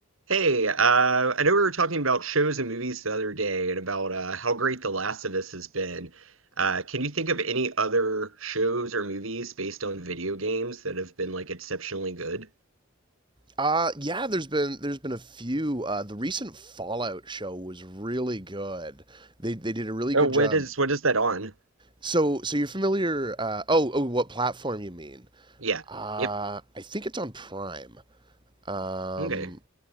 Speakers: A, on the right; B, on the right.
A: Hey, uh, I know we were talking about shows and movies the other day and about uh, how great The Last of Us has been. Uh, can you think of any other shows or movies based on video games that have been like exceptionally good?
B: Uh yeah, there's been there's been a few. Uh, the recent Fallout show was really good. They they did a really
A: Oh,
B: good
A: what
B: job.
A: is what is that on?
B: So so you're familiar? Uh, oh oh, what platform you mean?
A: Yeah.
B: Uh,
A: Yep.
B: I think it's on Prime. Um,
A: Okay.